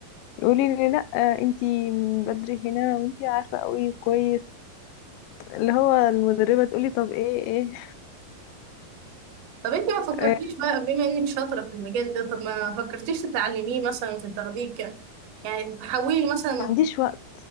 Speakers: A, on the left (about 85°); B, on the right (about 70°).
A: يقولي لي لا آه، انتي بدري هنا وانتي عارفه قوي كويس اللي هو المدربة تقولي طب ايه ايه
B: طب انت ما فكرتيش
A: آه،
B: بقى بما انك شاطرة في المجال ده طب ما فكرتيش تتعلميه مثلا تاخديه ك- يعني تحولي مثلا مهارة
A: ما عنديش وقت